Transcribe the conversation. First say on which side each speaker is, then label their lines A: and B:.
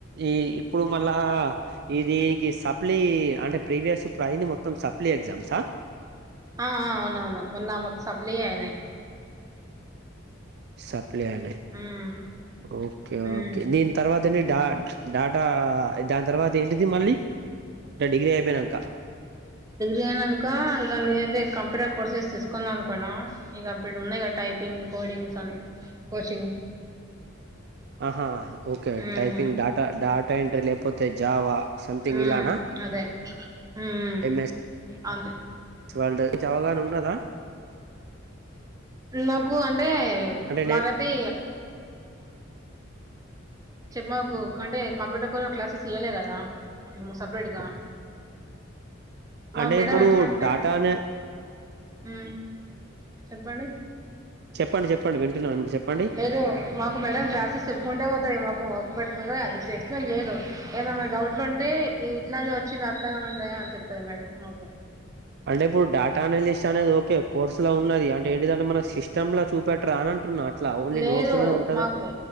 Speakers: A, on the right; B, on the right.
A: ఈ ఇప్పుడు మళ్ళా ఇ దీనికి సప్లీ అంటే ప్రీవియస్ ఇప్పుడు అయింది మొత్తం సప్లీ ఎగ్జామ్సా
B: ఆ అవునవును మొన్న మకి సప్లీ అయినయి
A: సప్లి అయినయ్
B: మ్మ్
A: ఓకే
B: మ్మ్
A: ఓకే దీని తర్వాతనే డాట్ డాటా దాని తర్వాత ఏంటిది మళ్ళీ అంటే డిగ్రీ అయిపోయినంక
B: నేనింక ఇగ న ఇప్పుడే కోర్సెస్ తీసుకుందాం అను కూడా ఇక అప్పుడు ఉన్నాయి టైపింగ్ కోడింగ్స్ అని కోచింగ్
A: ఆహా ఓకే
B: మ్మ్
A: టైపింగ్ డాటా డాటా ఎంట్రీ లేకపోతే జావా సంథింగ్
B: మ్మ్
A: ఇలానా
B: అదే హ్మ్
A: ఎంఎస్
B: అదే
A: వర్డ్ అవగాహన ఉన్నదా
B: నాకు అంటే
A: అంటే
B: మాగతి
A: నే
B: చెప్ప మాకు అంటే కంప్యూటర్ కోసం క్లాసెస్ ఇయాల కదా అట్ సపరేట్ గా మాకు
A: అంటే
B: మేడం
A: ఇప్పుడు
B: ఎట్లా అంటే
A: డాటానే
B: హ్మ్ చెప్పండి
A: చెప్పండి చెప్పండి వింటున్నాను మీకు చెప్పండి
B: లేదు మాకు మేడం క్లాస్ చెప్పుకుంటా పోతేఎ వర్క్ పెడుతుంద ఎక్స్ప్లెయిన్ చేయదు ఏమైనా డౌట్లు ఉంటే ఈ ఇట్లానే వచ్చింది అట్లాగా ఉంటాయా అన్ని చెప్తది మేడం మాకు
A: అంటే ఇప్పుడు డేటా అనలిస్ట్ అనేది ఓకే కోర్సు లో ఉన్నది అంటే ఏంటింటే మన సిస్టమ్ లో చూపెటరా అని అంటున్నా అట్లా ఓన్లీ
B: లేదు
A: నోట్స్ లోనే ఉంటదా
B: మాకు